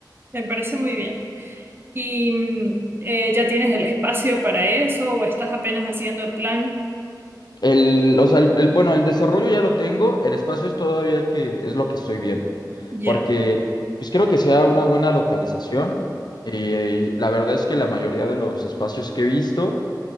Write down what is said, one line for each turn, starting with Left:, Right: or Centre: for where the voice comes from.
Right: Me parece muy bien. ¿Y mm, eh, ya tienes el espacio para eso o estás apenas haciendo el plan?
Left: El, o sea, el- el- bueno, el desarrollo ya lo tengo, el espacio es todavía el que es lo que estoy viendo,
Right: Ya,
Left: porque pues quiero que sea una buena localización y, y la verdad es que la mayoría de los espacios que he visto,